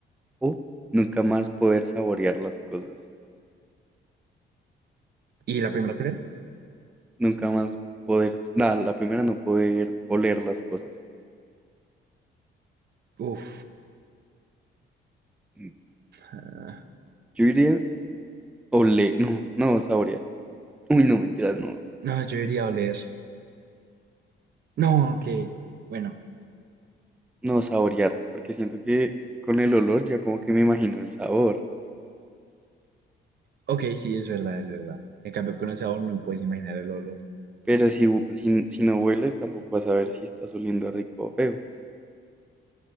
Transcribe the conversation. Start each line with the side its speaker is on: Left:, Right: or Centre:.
Centre: o nunca más poder saborear las cosas.
Right: ¿Y la primera cuál era?
Centre: Nunca más poder, nada, la primera no poder oler las cosas.
Right: Uf,
Centre: Mm,
Right: ah,
Centre: Yo diría oler, no, no saborear. Uy, no, mentiras, no,
Right: no, yo iría a oler. No, aunque, bueno,
Centre: no saborear, porque siento que con el olor ya como que me imagino el sabor.
Right: ok, sí, es verdad, es verdad. En cambio, con el sabor no me puedes imaginar el olor.
Centre: Pero si, hu- si, si no hueles, tampoco vas a ver si estás oliendo rico o feo.